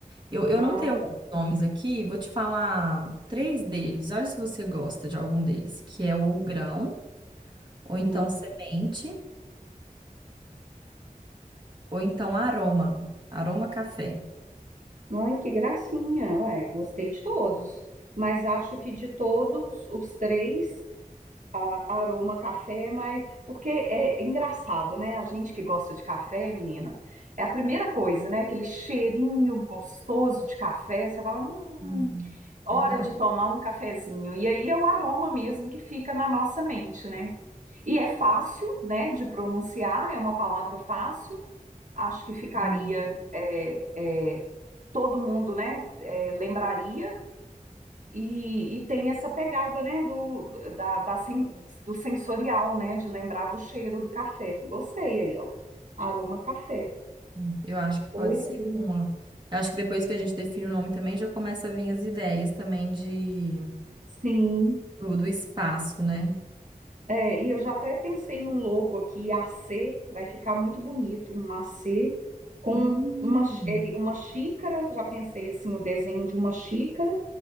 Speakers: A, on the right (about 30°); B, on the right (about 60°).
A: Eu, eu
B: Ah,
A: anotei alguns
B: tá.
A: nomes aqui, vou te falar três deles. Olha se você gosta de algum deles, que é o grão, ou então
B: Hum.
A: semente, ou então aroma, aroma café.
B: Ai, que gracinha. Ué, gostei de todos. Mas acho que de todos os três. a- aroma café, mas porque é engraçado, né? A gente que gosta de café, menina, é a primeira coisa, né? Aquele cheirinho gostoso de café, você fala, hum,
A: Hum,
B: hora
A: verdade.
B: de tomar um cafezinho. E aí é o aroma mesmo que fica na nossa mente, né? E é fácil, né, de pronunciar, é uma palavra fácil. Acho que ficaria
A: Hum,
B: é, é, todo mundo, né, é, lembraria. E, e tem essa pegada, né, do, da, da sen- do sensorial, né, de lembrar do cheiro do café. Gostei aí, ó. Aroma café.
A: hum. Eu acho que pode
B: Boa ideia.
A: ser uma. Eu acho que depois que a gente define o nome também, já começa a vir as ideias também de
B: Sim.
A: do, do espaço, né?
B: É, e eu já até pensei num logo aqui, AC, vai ficar muito bonito, um AC com
A: Hum,
B: uma, chi- ele, uma xícara, já pensei assim no desenho de uma xícara,